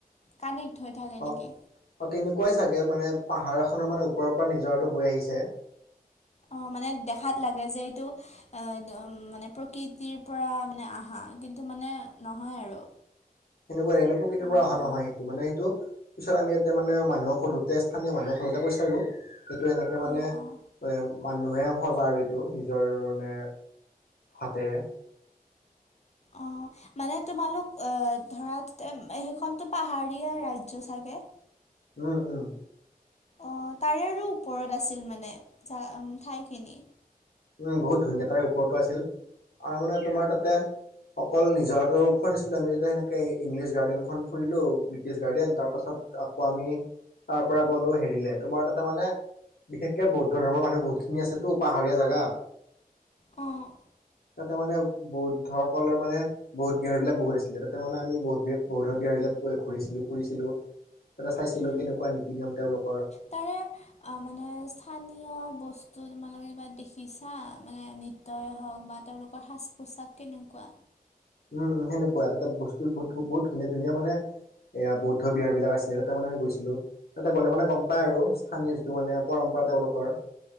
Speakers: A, on the left; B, on the left.
A: কানেক্ট হৈ থাকে নেকি?
B: অ অ', তেনেকুৱাই চাগে মানে পাহাৰ এখনৰ মানে ওপৰৰ পৰা নিজৰাতো বৈ আহিছে।
A: অ', মানে দেখাত লাগে যে এইটো এ' মানে প্ৰকৃতিৰ পৰা মানে আহা। কিন্তু মানে, নহয় আৰু।
B: সেনেকুৱা লাগিলে। প্ৰকৃতিৰ
A: অঁ
B: পৰা অহা
A: অঁ
B: নহয় সেইটো। মানে সেইটো - পিছত আমি ইয়াতে মানে, মানুহক সোধোঁতে স্থানীয় মানুহক সোধোতে কৈছে আৰু - এইটো এনেকুৱা মানে
A: অঁ
B: এ'
A: অঁ
B: - মানুহে সজা আৰু এইটো নিজৰ মানে হাতেৰে।
A: অ'। মানে তোমালোক এ' ধৰাতে, সেইখনতো পাহাৰীয়া ৰাজ্য চাগে?
B: উম, উম।
A: অ', তাৰেও ওপৰত আছিল মানে ঠাই উম, ঠাইখিনি?
B: উম, বহুত ধুনীয়া তাৰ ওপৰতো আছিল। আৰু মানে তোমাৰ তাতে - অকল নিজৰাটো ফুৰা নাছিলোঁ আমি তাতে সেনেকে ইংলিছ গাৰ্ডেনখন ফুৰিলোঁ ব্ৰিটিছ গাৰ্ডন তাৰ পাছত - আকৌ আমি তাৰ পৰা গলোঁ হেৰিলে। তোমাৰ তাতে মানে - বিশেষকে বৌদ্ধ ধৰ্মৰ মানুহ বহুতখিনি আছেতো। পাহাৰীয়া জাগা।
A: অ'।
B: তাতে মানে বৌদ্ধ সকলৰ মানে বৌধ বিহাৰ বিলাক বহুত আছিলে। তাতে মানে আমি বহুত বি-বৌধ বিহাৰ বিলাক ঘুৰিছিলোঁ, ফুৰিছিলোঁ। তাতে চাইছিলোঁ।
A: উম
B: কেনেকুৱা নীতি-নিয়ম তেওঁলোকৰ।
A: তাৰে আ', মানে স্থানীয় বস্তু তোমালোকে কিবা দেখিছা? মানে নী হওক বা তেওঁলোকৰ সাজ-পোছাক কেনেকুৱা?
B: উম, উম সেনেকুৱা। তাতে বস্তু বহুত বহুত ধুনীয়া, ধুনীয়া মানে- এয়া বৌদ্ধ বিহাৰবিলাক আছিলে। তাতে মানে আমি গৈছিলোঁ। তাতে গ'লে মানে গম পায় আৰু স্থানীয় যিটো মানে পৰম্পৰা তেওঁলোকৰ।